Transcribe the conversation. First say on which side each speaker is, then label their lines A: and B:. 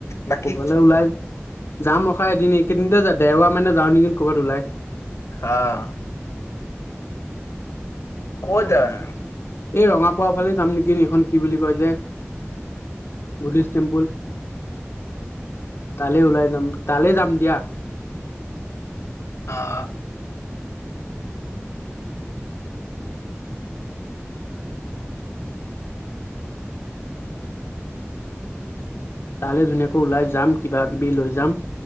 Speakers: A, on the left (about 85°); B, on the left (about 60°).
A: বাকী
B: ক'ৰবালৈ ওলাই যাম, ৰখা এদিন এইকেইদিনতে দেওবাৰ মানে যাও নেকি কৰবাত ওলাই
A: অ' ক'ত যাব নো
B: এই ৰঙাপাৰা ফালে যাম নেকি, এইখন কি বুলি কয় যে বুদ্ধিষ্ট টেম্পুল তালৈ ওলাই যাম তালৈ যাম দিয়া।
A: আহ
B: তালৈ ধুনীয়াকৈ ওলাই যাম, কিবা কিবি লৈ যাম